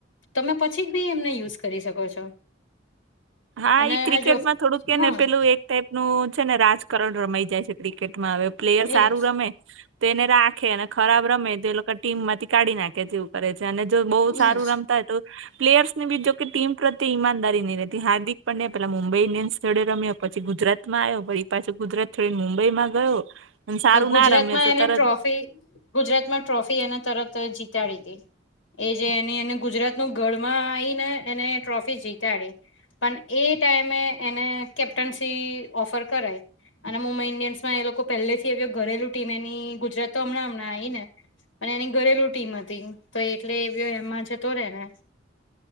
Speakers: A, on the left; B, on the right.
A: તમે પછી પણ એમને યુઝ કરી શકો છો.
B: હા,
A: અને
B: એ ક્રિકેટમાં
A: આ જો
B: થોડુંક છે
A: હા
B: ને પેલું એક ટાઈપનું છે ને રાજકારણ રમાય જાય છે. ક્રિકેટમાં હવે પ્લેયર સારું
A: એજ
B: રમે તો એને રાખે અને ખરાબ રમે તો એ લોકો ટીમમાંથી કાઢી નાખે તેવું. કરે છે અને જો બહુ
A: હમ
B: સારું રમતા હોય તો પ્લેયર્સ ની પણ જોકે ટીમ પ્રત્યે ઈમાનદારી ની રહે. હાર્દિક પંડ્યા પહેલા મુંબઈ ઈન્ડિયન્સ જોડે રમ્યો પછી ગુજરાતમાં આવ્યો પાછો ગુજરાત થથી મુંબઈમાં ગયો અને સારું
A: પણ ગુજરાતમાં
B: ના રમ્યો તો
A: એને
B: તરત
A: ટ્રોફી ગુજરાત માં ટ્રોફી એના તરત જીતાડી હતી. એ જે એની એને ગુજરાતનું ઘડમાં આવીને એને ટ્રોફી જીતાડી. પણ એ ટાઈમે એને કેપ્ટનસી ઓફર કરાઈ અને મુંબઈ ઈન્ડિયન્સ માં એ લોકો પહેલે થી એ ઘરેલું ટીમ એની ગુજરાત તો હમણાં હમણાં આવી ને અને એની ઘરેલુ ટીમ હતી તો એટલે એવિયો એમાં જતો રે ને